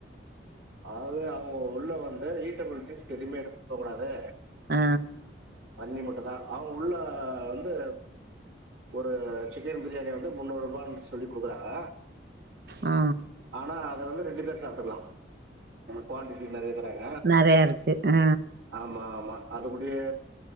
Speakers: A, on the right; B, on the right.
A: அதாவது அவங்க உள்ள வந்து ஈட்டபிள்ஸ்‌திங்கஸ் எதுமே எடுத்துட்டு போ கூடாது
B: ஆ
A: தண்ணி மட்டுந்தா அவங்க உள்ள வந்து ஒரு சிக்கன் பிரியாணி வந்து முன்னூறு ரூபான்னு சொல்லி குடுக்குறாங்க
B: ஆ
A: ஆனா அத வந்து ரெண்டு பேரு சாப்பிட்டுக்கலா குவான்டிட்டி நெறைய தராங்க
B: நிறைய இருக்கு ஆ
A: ஆமாமா அது கூடயே